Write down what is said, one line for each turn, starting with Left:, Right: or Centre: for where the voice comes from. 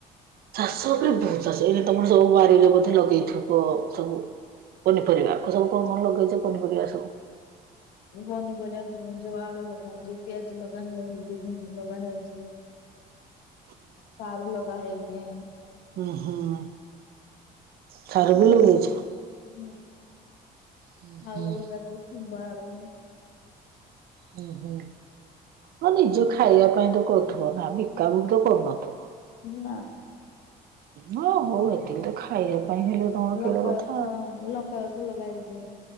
Right: ଚାଷ ଉପରେ ବହୁତ ଚାଷ ଏଇ ତମର ସବୁ ବାରିରେ ବୋଧେ ଲଗେଇଥିବ ସବୁ ପନିପରିବା। ସବୁ କଣ କଣ ଲଗେଇଛ ପନିପରିବା ସବୁ?
Left: ପନିପରିବାକୁ ଯୋଉ ଆଳୁ ଲଗା ହେଇଚି, ପିଆଜ ଲଗା ହଉଚି, ଭେଣ୍ଡି ଲଗା ହେଇଚି।
Right: <inaudible>
Left: ସାରୁ ଲଗା ହେଇଚି।
Right: ହୁଁ ହୁଁ। ସାରୁ
Left: <unintelligible>
Right: ବି ଲଗେଇଛ? ହୁଁ ହୁଁ ହୁଁ ହୁଁ ହଁ ନିଜ ଖାଇବା ପାଇଁ ତ କରୁଥିବ ନା ବିକା ବିକି ତ କରୁନଥିବ।
Left: ନା।
Right: ହୁଁ ହଁ ହଉ ଏତିକି ତ ଖାଇବା ପାଇଁ ହେଲେ ତମର
Left: ଲଙ୍କା
Right: କେଡେ କଥା।
Left: ଗଛ ଲଙ୍କା ଗଛ ଲଗାହେଇଚି।